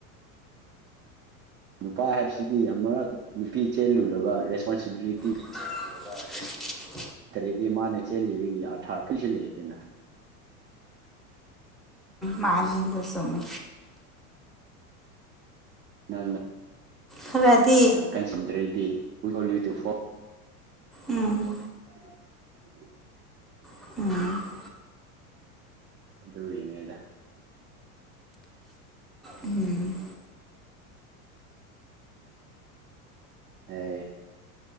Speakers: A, on the right; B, in the centre.
A: ꯅꯨꯄꯥ ꯍꯥꯏꯕꯁꯤꯗꯤ ꯑꯃꯔꯛ ꯅꯨꯄꯤ ꯆꯦꯜꯂꯨꯔꯕ ꯔꯦꯁꯄꯣꯟꯁꯤꯕꯤꯂꯤꯇꯤ
B: <inaudible>
A: ꯇꯔꯤꯗꯤ ꯃꯥꯅ ꯆꯦꯜꯂꯤꯕꯒꯤ ꯑꯥꯔꯊꯥ ꯀꯩꯁꯨ ꯂꯩꯇꯦꯅ
B: ꯃꯥꯅꯦ ꯑꯗꯨ ꯆꯨꯃꯤ
A: ꯅꯪꯅ
B: ꯈꯔꯗꯤ
A: ꯀꯟꯁꯤꯟꯗ꯭ꯔꯗꯤ ꯍꯨ ꯗꯣꯜ ꯌꯨ ꯇꯨ ꯐꯣ
B: ꯎꯝ
A: <inaudible>
B: <unintelligible>
A: ꯑꯗꯨꯏꯅꯦꯗ
B: ꯎꯝ
A: ꯍꯦ